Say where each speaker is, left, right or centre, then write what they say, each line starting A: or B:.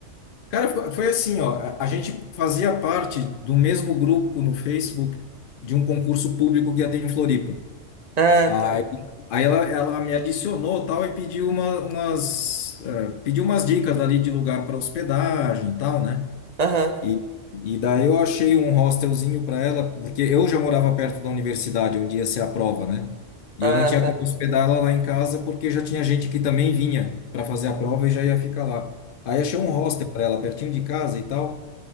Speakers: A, on the left (about 60°); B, on the right (about 55°).
A: Cara, fo- foi assim, ó, a a gente fazia parte do mesmo grupo no Facebook de um concurso público que ia ter em Floripa.
B: Ah,
A: Aí,
B: tá.
A: aí ela, ela me adicionou tal e pediu uma, umas, eh, pediu umas dicas ali de lugar para hospedagem e tal, né?
B: Aham.
A: E, e daí eu achei um hostelzinho para ela, porque eu já morava perto da universidade, onde ia ser a prova, né? E
B: Ah,
A: eu não tinha
B: tá.
A: como hospedar ela lá em casa, porque já tinha gente que também vinha para fazer a prova e já ia ficar lá. Aí achei um hostel para ela, pertinho de casa e tal.